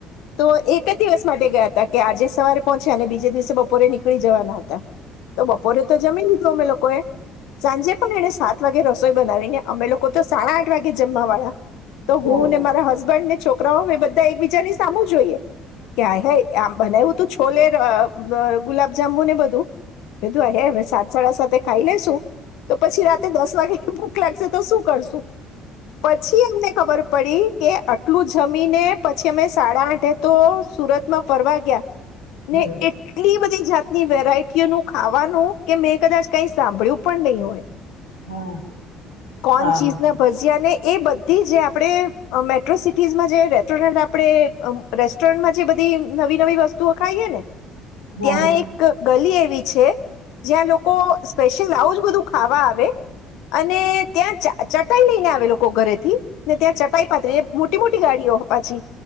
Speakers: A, on the left; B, on the left.
A: તો એક જ દિવસ માટે ગયા હતા કે આજે સવારે પહોંચ્યા અને બીજે દિવસે બપોરે નીકળી જવાના હતા, તો બપોરે તો જમી લીધું અમે લોકોએ, સાંજે પણ એને સાત વાગે રસોઈ બનાવીને અમે લોકો તો સાડા આઠ વાગે જમવા વાળા. તો હું,
B: હમ
A: ને મારા હસબન્ડ ને છોકરાઓ મે બધા એક બીજાની સામું જોઈએ, કે આય હાય આમ બનૈવું તો છોલે અ અ ગુલાબ જાંમુ ને બધું બીધું એ હે હવે સાત સાડા સાતે ખાઈ લેેશુ તો પછી રાતે દસ વાગે ભૂખ લાગશે તો શું કરશું? પછી અમને ખબર પડી કે આટલું જમીને પછી અમે સાડા આઠે તો સુરતમાં ફરવા ગ્યા.
B: હમ
A: ને એટલી બધી જાતની વેરાયટીઓનું ખાવાનું, કે મેં કદાચ કઈ સાંભૂળ્યું પણ નહીં હોય.
B: હમ
A: કોણ
B: હા
A: ચીજ ના ભઝિયા અને એ બધી જે આપણે અ મેટ્રો સિટીઝમાં જે રેસ્ટોરન્ટ આપણે રેસ્ટોરન્ટમાં જે બધી નવી નવી વસ્તુઓ ખાઈએ ને
B: હમ
A: ત્યાં એક ગલી એવી છે, જ્યાં લોકો સ્પેશિયલ આવું જ બધું ખાવા આવે, અને ત્યાં ચા ચટાઈ લઈને આવે લોકો. લોકો ઘરે થી, ને ત્યાં ચટાઈ પાથરી મોટી મોટી ગાડીઓ પાછી